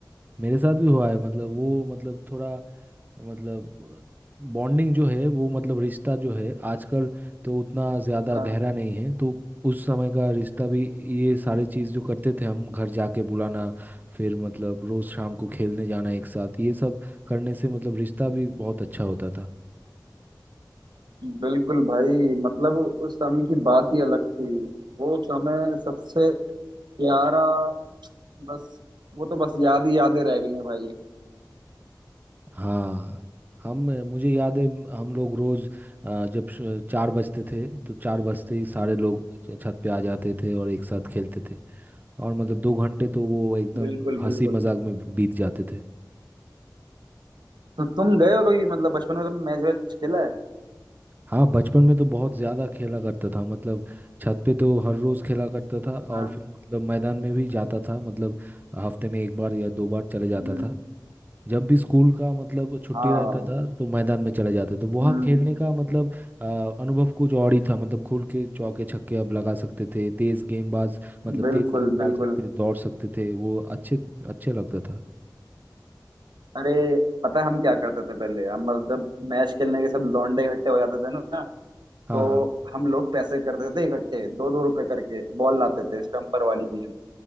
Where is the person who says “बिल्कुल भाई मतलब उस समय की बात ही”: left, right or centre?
Right